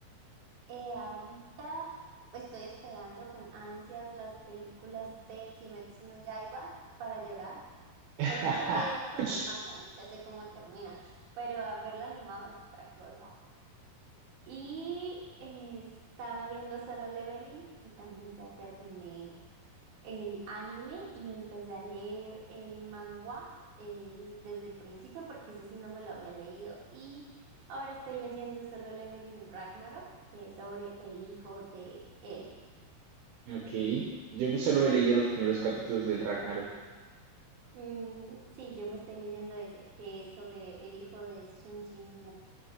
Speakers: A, on the right; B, on the right.
A: Eh, ahorita estoy esperando con ansias las películas de Kimetsu no Yaiba para llorar.
B: <laughs>
A: Pues ya lloré con el manga, ¿no? Ya sé cómo termina, pero haberlo animado es otra cosa. Y eh, estaba viendo Solo Leveling, que también ya terminé el anime y empecé a leer el manga eh, desde el principio porque ese sí no me lo había leído. Y ahora estoy leyendo Solo Leveling Ragnarok, que es sobre el hijo de él.
B: Ok, yo solo he leído los primeros capítulos del Ragnarok,
A: Mm, sí, yo me estoy leyendo ese, que es sobre el hijo de Sun Jin